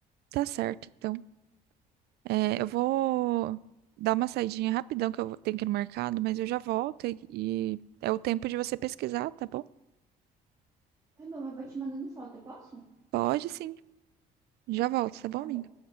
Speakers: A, on the right (about 70°); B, on the right (about 20°).
A: Tá certo, então. É, eu vou dar uma saidinha rapidão que eu vou- tenho que ir no mercado, mas eu já volto e e é o tempo de você pesquisar, tá bom?
B: Tá bom, eu vou te mandando foto, eu posso?
A: Pode sim. Já volto, tá bom,
B: Tá
A: amiga?
B: bom.